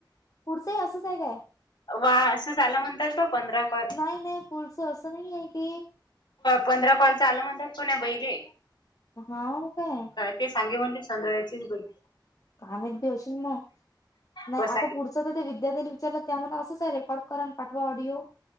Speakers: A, on the left; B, on the left.
A: पुढचंही असच आहे काय
B: वा असं झाला म्हणतात बा पंधरा क
A: नाही नाही पुढचं असं नाही आहे की
B: पंधरा कॉल झाला म्हणतात को नाही बहिले
A: हा काय
B: ते सांगे म्हणले सोंदळायचीच बै
A: कामेत बी असेल मग नाही
B: कस
A: आता पुढच तर विद्याथ्यांनी विचारलं त्यामुळे असंच रेकॉर् करा ना पाठवा ऑडिओ